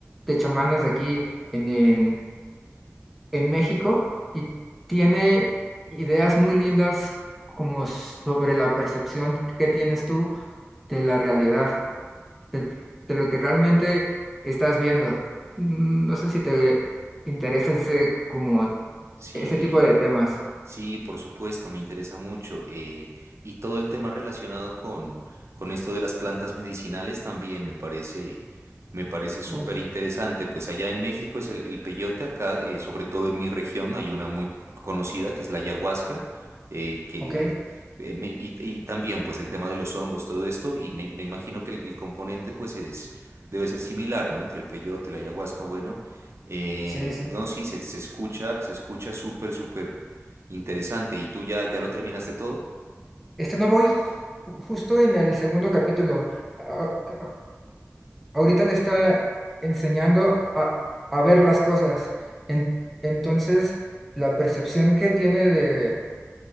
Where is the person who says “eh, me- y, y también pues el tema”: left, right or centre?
Right